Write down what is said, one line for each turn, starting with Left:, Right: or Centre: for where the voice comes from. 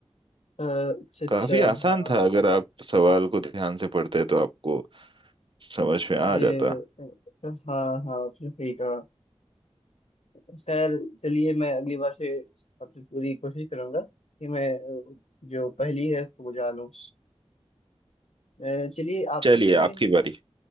Left: अ, अच्छा अच्छा
Right: काफी आसान
Left: हाँ
Right: था अगर आप सवाल को ध्यान से पढ़ते तो आपको समझ में आ
Left: अरे
Right: जाता
Left: अ, हाँ हाँ आपने सही कहा अ, खैर चलिए मैं अगली बार से अपनी पूरी कोशिश करूंगा कि मैं अ, जो पहेली है उसको बुझा लूँ अ, चलिए आपके
Right: चलिए
Left: लिए भी
Right: आपकी बारी